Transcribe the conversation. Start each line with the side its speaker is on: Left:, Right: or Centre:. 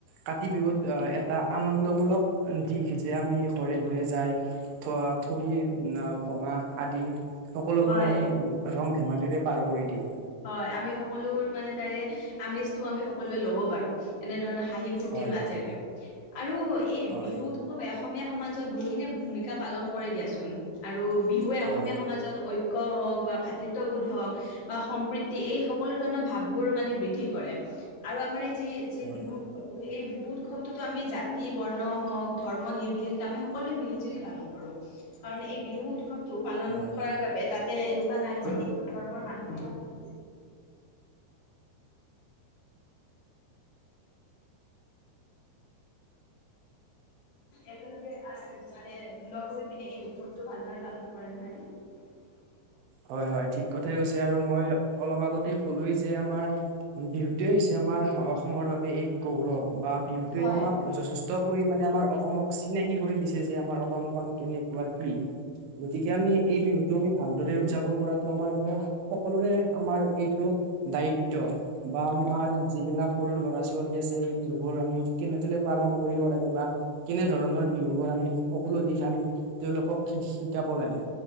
Right: কাতি বিহুত এটা আনন্দমূলক দিশ যে আমি ঘৰে-ঘৰে যাই থ-থগি ভঙা আদি, সকলোবোৰ
Left: হয়
Right: আমি ৰং ধেমালি পাৰ কৰি দিওঁ।
Left: হয়, আমি সকলোবোৰ মানে তাৰে আমেজটো আমি সকলোৱে ল'ব পাৰো এনে ধৰণে হাঁহি-ফূৰ্তিৰ
Right: হয়
Left: মাজেৰে,
Right: হয়
Left: আৰু এই
Right: হয়।
Left: বিহু উৎ অসমীয়া সমাজত বহুখিনিয়ে ভূমিকা পালন কৰে দিয়াচোন আৰু বিহুৱে
Right: কৰে
Left: অসমীয়া সমাজত ঐ ক হওক, বা ভাতৃত্ববোধ হওক, বা সম পৃতি, এই সকলো ধৰণৰ ভাববোৰ মানে বৃদ্ধি কৰে আৰু আমাৰ এই যে ই যে
Right: হয়
Left: বিহুত উৎসৱটো, সেই বিহু হু উৎসৱটোতো আমি জাতি বৰ্ণ হওক ধৰ্ম নিৰ্বিশষ আমি সকলোৱে মিলি জুলি পালন কৰোঁ। কাৰণ এই বিহু উৎসৱটো পালন
Right: হয়
Left: কৰাৰ বাবে তাতে এনেকোৱা নাই যে এইটো ধৰ্মৰ মানুহেই অকল <unintelligible> <unintelligible> একেলগে আ মানে লগ হৈ পিনে এই উৎসৱটো ভালদৰে পালন কৰে, নহয় নে? <unintelligible>
Right: হয় হয়, ঠিক কথাই কৈছ ছে আৰু মই অলপ আগতে কলোয়েই যে আমাৰ বিহুটোৱে হৈছে আমাৰ অসমৰ বাবে এক গৌৰৱ, বা বিহুটোৱে
Left: হয়
Right: আমাক যথেষ্ট পৰিমাণে আমাৰ অসমক চিনাকি কৰি দিছে যে আমাৰ অসমখন কেনেকোৱা কি। গতিকে আমি এই বিহুটো আমি ভালদৰে উদযাপন কৰাটো আমাৰ বাবে সকলোৰে আমাৰ এইটো দায়িত্ব বা আমাৰ যিবিলাক সৰু ল'ৰা ছোৱালী আছে এই বিহু বোৰ আমি কেনেদৰে পালন কৰিব লাগে বা কেনে ধৰণৰ বিহু বোৰ আমি সকলো দিশ আমি তেওঁলোকক শিকাব লাগে।